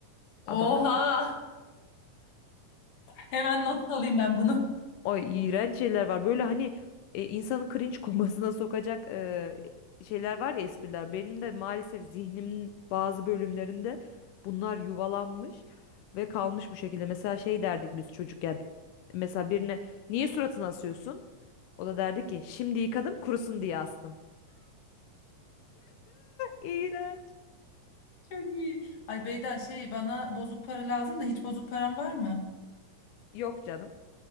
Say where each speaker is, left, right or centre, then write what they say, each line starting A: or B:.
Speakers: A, on the left; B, on the left.
A: Oha!
B: Adam da
A: Hemen not alayım ben bunu. <laughs>
B: Ay iğrenç şeyler var. Böyle hani e, insanı cringe <laughs> komasına sokacak e, şeyler var ya espriler. Benim de maalesef zihnimin bazı bölümlerinde bunlar yuvalanmış ve kalmış bu şekilde. Mesela şey derdik biz çocukken. Mesela birine niye suratını asıyorsun? O da derdi ki şimdi yıkadım kurusun diye astım. <laughs> İğrenç.
A: Çok iyi. Ay Beyda şey bana bozuk para lazım da hiç bozuk param var mı?
B: Yok canım.